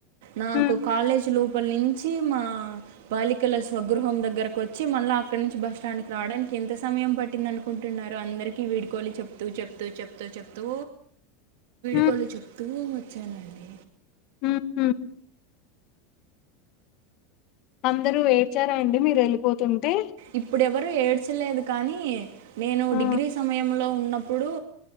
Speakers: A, on the right; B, on the left.
A: నాకు
B: ఉమ్
A: కాలేజ్ లో ఫలించి మా <unintelligible> బాలికల స్వగృహం దగ్గరకు వచ్చి మళ్ళీ అక్కడి నుంచి బస్టాండ్ రావడానికి ఎంత సమయం పట్టిందను ఉంటున్నారు. అందరికి వీడ్కోలు చెప్తూ చెప్తూ చెప్తూ చెప్తూ
B: ఉమ్
A: వాళ్ళకు చెప్తూ వచ్చానండి.
B: హుహ్ అందరు ఎడ్చారా అండి. మీరు వెళ్ళిపోతుంటే,
A: ఇప్పుడు ఎవరు ఏడ్చలేదు. కానీ నేను
B: ఆ
A: డిగ్రీ సమయంలో ఉన్నప్పుడు.